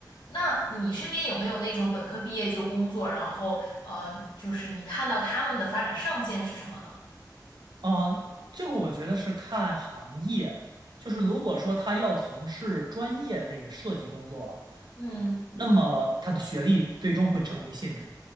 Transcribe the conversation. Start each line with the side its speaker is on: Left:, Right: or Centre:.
Left: 那你身边有没有那种本科毕业就工作，然后呃，就是你看到他们的发展上限是什么呢？
Right: 嗯，这个我觉得是看行业，就是如果说他要从事专业类的设计工作，
Left: 嗯，
Right: 那么他的学历最终会成为限制，